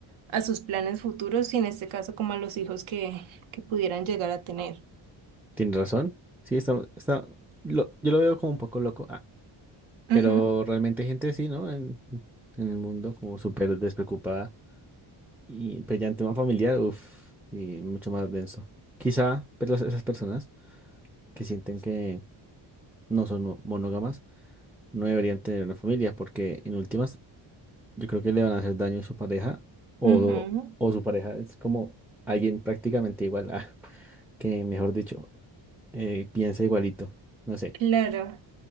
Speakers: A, on the right; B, in the centre.
A: a sus planes futuros y en este caso como a los hijos que, que pudieran llegar a tener.
B: tiene razón. Sí, está, está, lo- yo lo veo como un poco loco. Ah,
A: Ujú,
B: pero realmente hay gente así, ¿no? En, en el mundo, como súper despreocupada. Y, pero ya en tema familiar, uff, y mucho más denso. Quizá, pero esas personas que sienten que no son mo- monógamas no deberían tener una familia porque en últimas yo creo que le van a hacer daño a su pareja o,
A: ujú,
B: o su pareja es como alguien prácticamente igual a, <laughs> que mejor dicho, eh, piensa igualito, no sé.
A: claro.